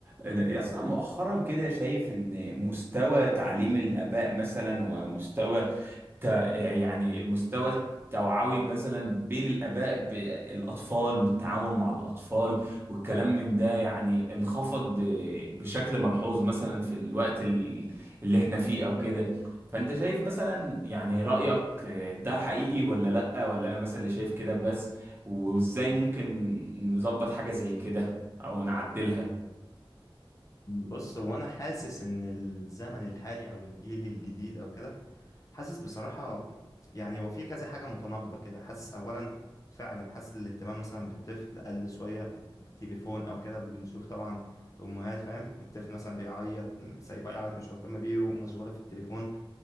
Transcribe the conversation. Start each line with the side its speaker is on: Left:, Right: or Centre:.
Right: يا اسطى مؤخرا كده شايف ان مستوى تعليم الآباء مثلا ومستوى ت... يعني المستوى التوعوي مثلا بين الآباء بالأطفال والتعامل مع الأطفال والكلام من ده يعني انخفض ب... بشكل ملحوظ مثلا في الوقت ال- اللي احنا فيه أو كده فأنت شايف مثلا يعني رأيك ده حقيقي ولا لأ ولا أنا مثلا اللي شايف كده بس وإزاي ممكن نظبط حاجة زي كده أو نعدلها
Left: بص هو انا حاسس ان الزمن الحالي او الجيل الجديد او كده حاسس بصراحة يعني هو في كذا حاجة متناقضة كده حاسس اولا فعلا حاسس الاهتمام مثلا بالطفل قل شوية التليفون او كده بنشوف طبعا امهات فاهم الطفل مثلا بيعيط سايبه يعيط مش مهتمة بيه ومشغولة في التليفون